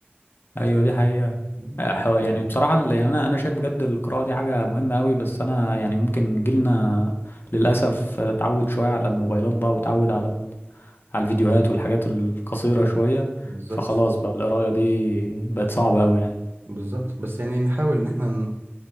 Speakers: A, on the left; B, on the right.
A: ايوه دي حقيقه
B: مم.
A: آه، ح- يعني بصراحه ال- يعني انا انا شايف بجد القراءه دي حاجه مهمه قوي بس انا يعني ممكن جيلنا للاسف آه، اتعود شويه على الموبايلات بقى وتعود على على الفيديوهات والحاجات القصيرة شوية
B: بالظبط
A: فخلاص بقى القراية دي بقت صعبة أوي يعني
B: بالظبط بس يعني نحاول ان احنا